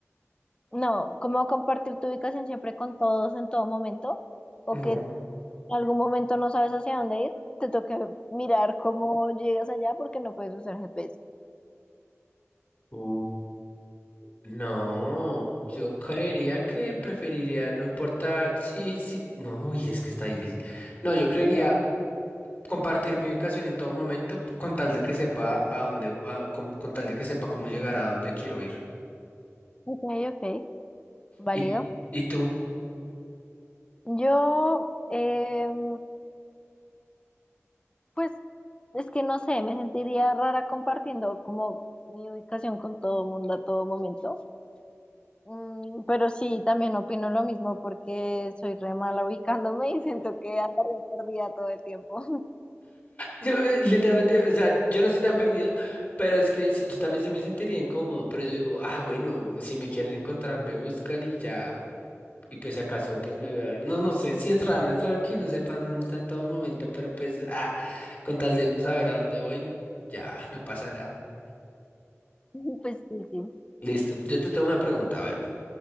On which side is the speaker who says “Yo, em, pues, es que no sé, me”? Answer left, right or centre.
Left